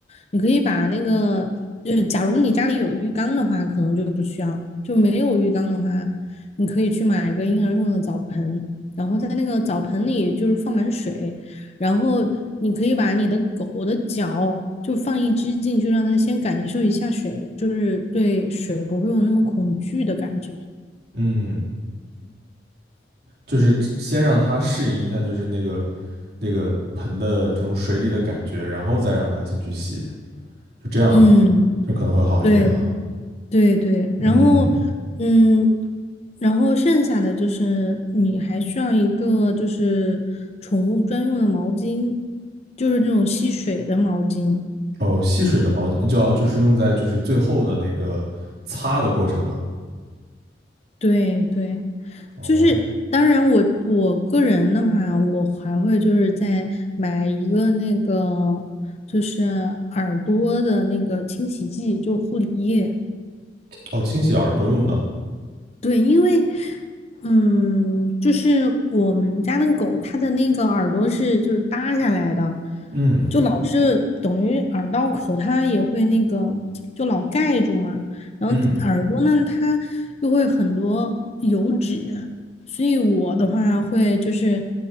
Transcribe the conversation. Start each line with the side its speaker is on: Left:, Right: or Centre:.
Left: 你可以把那个，就是假如你家里有浴缸的话，可能就不需要；就没有浴缸的话，你可以去买一个婴儿用的澡盆，然后在那个澡盆里就是放满水，然后你可以把你的狗的脚就放一只进去，让它先感受一下水，就是对水不会有那么恐惧的感觉。
Right: 嗯。就是先让它适应一下，就是那个那个盆的这种水里的感觉，然后再让它进去洗，就这样
Left: 嗯。
Right: 就可能会好一点哈。
Left: 对对对，
Right: 嗯，
Left: 然后嗯，然后剩下的就是你还需要一个就是宠物专用的毛巾，就是那种吸水的毛巾。
Right: 哦，吸水的毛巾就要就是用在就是最后的那个擦的过程嘛。
Left: 对对，
Right: 哦
Left: 就是当然我我个人的话，我还会就是再买一个那个就是耳朵的那个清洗剂，就护理液。
Right: 哦，清洗耳朵用的。
Left: 对，因为，嗯，就是我们家的狗，它的那个耳朵是就是耷下来的，
Right: 嗯
Left: 就老是等于耳道口，它也会那个就老盖住嘛。然后耳朵呢，
Right: 嗯
Left: 它又会很多油脂，所以我的话会就是